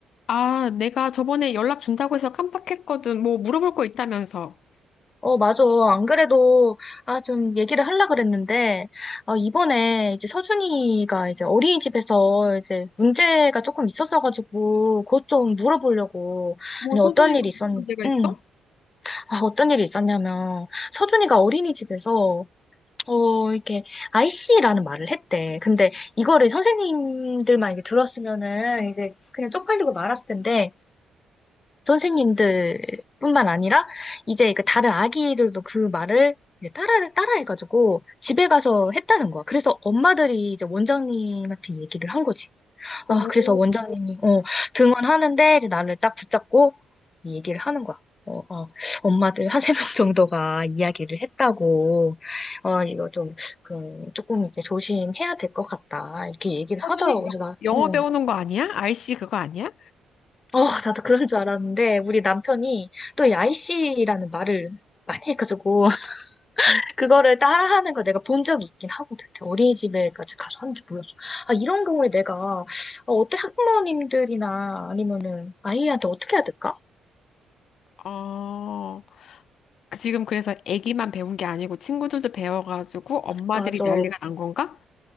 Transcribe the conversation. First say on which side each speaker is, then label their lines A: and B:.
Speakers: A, on the left; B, on the left.
A: 아, 내가 저번에 연락 준다고 해서 깜빡했거든. 뭐 물어볼 거 있다면서.
B: 어, 맞아. 안 그래도, 아, 좀 얘기를 하려고 그랬는데, 아, 이번에 이제 서준이가 이제 어린이집에서 이제 문제가 조금 있었어가지고, 그것 좀 물어보려고.
A: 뭐
B: 아니,
A: 서준이가
B: 어떤 일이
A: 무슨
B: 있었, 응
A: 문제가 있어?
B: 아, 어떤 일이 있었냐면, 서준이가 어린이집에서, 어, 이렇게, IC라는 말을 했대. 근데 이거를 선생님들만 이게 들었으면은 이제 그냥 쪽팔리고 말았을 텐데, 선생님들뿐만 아니라 이제 그 다른 아기들도 그 말을 이제 따라 따라해가지고 집에 가서 했다는 거야. 그래서 엄마들이 이제 원장님한테 얘기를 한 거지.
A: 오,
B: 아, 그래서 원장님이 어, 등원하는데 이제 나를 딱 붙잡고 이 얘기를 하는 거야. 어, 어, 엄마들 한 세명 <laughs> 정도가 이야기를 했다고, 어, 이거 좀, 그, 조금 이제 조심해야 될 것 같다. 이렇게 얘기를
A: 서준이
B: 하더라고. 그래서
A: 여-
B: 나,
A: 영어
B: 어,
A: 배우는 거 아니야? 아이씨 그거 아니야?
B: 어, 나도 그런 줄 알았는데, 우리 남편이 또 야이씨라는 말을 많이 해가지고, <laughs>
A: 음.
B: 그거를 따라하는 거 내가 본 적이 있긴 하거든. 어린이집에까지 가서 하는지 몰랐어. 아, 이런 경우에 내가, 어, 어때, 학부모님들이나 아니면은 아이한테 어떻게 해야 될까?
A: 어, 그 지금 그래서 애기만 배운 게 아니고 친구들도 배워가지고 엄마들이
B: 맞아,
A: 난리가 난 건가?